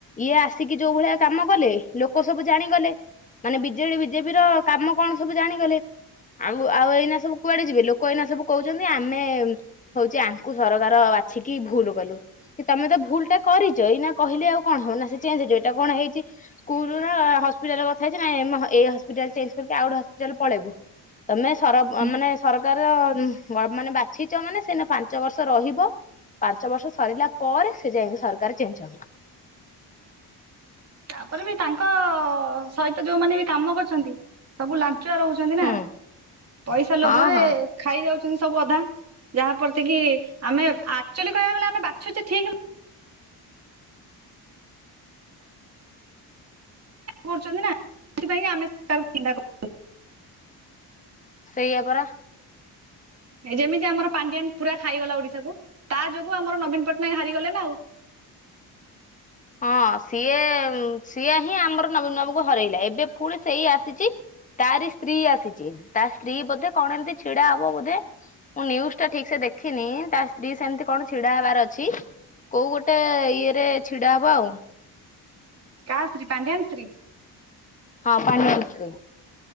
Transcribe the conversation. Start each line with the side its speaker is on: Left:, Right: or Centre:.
Left: ଇଏ ଆସିକି ଯୋଉ ଭଳିଆ କାମ କଲେ। ଲୋକ ସବୁ ଜାଣିଗଲେ ମାନେ ବିଜେଡି ବିଜେପି ର କାମ କଣ ସବୁ ଜାଣିଗଲେ। ଆଉ ଆଉ ଏଇନା ସବୁ କୁଆଡେ ଯିବେ ଲୋକ ଏଇନା ସବୁ କହୁଛନ୍ତି ଆମେ ହଉଛି ଆଙ୍କୁ ସରକାର ବାଛିକି ଭୁଲ କଲୁ। କି ତମେ ତ ଭୁଲ ଟେ କରିଛ ଏଇ ନା କହିଲେ ଆଉ କଣ ହବ ନା ସେ ଚେଞ୍ଜ ହେଇଯିବେ ଏଇଟା କଣ ହେଇଛି ସ୍କୁଲର ହସ୍ପିଟାଲ କଥା ହେଇଛି ନା ଏଇ ହସ୍ପିଟାଲ ଚେଞ୍ଜ କରିକି ଆଉ ଗୋଟେ ହସ୍ପିଟାଲ ପଳେଇବୁ। ତମେ ସର
Right: ହୁଁ
Left: ମାନେ ସରକାର ମାନେ ବାଛିଛ ମାନେ ସେ ଏଇନେ ପାଞ୍ଚ ବର୍ଷ ରହିବ। ପାଞ୍ଚ ବର୍ଷ ସରିଲା ପରେ ସେ ଯାଇଁକି ସରକାର ଚେଞ୍ଜ ହବ।
Right: ତାପରେ ବି ତାଙ୍କ ସହିତ ଯୋଉମାନେ ବି କାମ କରୁଛନ୍ତି ସବୁ ଲାଞ୍ଚୁଆ ରହୁ ନା
Left: ହୁଁ
Right: ପଇସା ଲୋଭରେ
Left: ହଁ ହଁ
Right: ଖାଇ ଯାଉଛନ୍ତି ସବୁ ଅଧା ଯାହାପ୍ରତି କି ଆମେ ଆକଚୁଆଲି କହିବାକୁ ଗଲେ ଆମେ ବାଛୁଛେ ଠିକ କରୁଛନ୍ତି ନା ସେଥିପାଇଁ ଆମେ <inaudible>
Left: ସେଇଆ ପରା।
Right: ଏ ଯେମିତି ଆମର ପାଣ୍ଡିଆନ ପୁରା ଖାଇଗଲା ଓଡିଶାକୁ ତା ଯୋଗୁ ଆମର ନବୀନ ପଟ୍ଟନାୟକ ହାରିଗଲେ ନା ଆଉ।
Left: ହଁ ସିଏ ସିଏ ହିଁ ଆମର ନବୀନ ବାବୁଙ୍କୁ ହରେଇଲା ଏବେ ଫୁଣି ସେଇ ଆସିଛି। ତାରି ସ୍ତ୍ରୀ ଆସିଛି ତା ସ୍ତ୍ରୀ ବୋଧେ କଣ ଏମିତି ଛିଡା ହବ ବୋଧେ। ମୁଁ ନ୍ୟୁଜ ଟା ଠିକ ସେ ଦେଖିନି ତା ସ୍ତ୍ରୀ ସେମିତି କଣ ଛିଡା ହେବାର ଅଛି। କୋଉ ଗୋଟେ ଇଏରେ ଛିଡା ହବ ଆଉ।
Right: କା ସ୍ତ୍ରୀ ପାଣ୍ଡିଆନ ସ୍ତ୍ରୀ।
Left: ହଁ ପାଣ୍ଡିଆନ ସ୍ତ୍ରୀ।